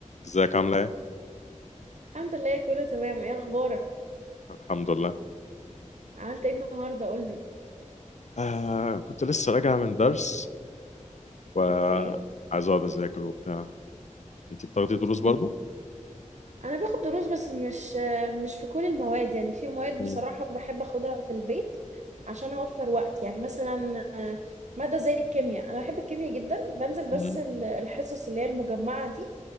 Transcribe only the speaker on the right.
الحمد لله كله تمام ايه اخبارك
عملت ايه النهارده قولي
اوكي
كنت- انا باخد دروس بس مش مش في كل المواد يعني في مواد
بصراحه بحب اخدها في البيت عشان اوفر وقت يعني مثلا آه، ماده زي الكيمياء انا بحب الكيمياء جدا بنزل بس
ال- الحصص اللي هي المجمعه دي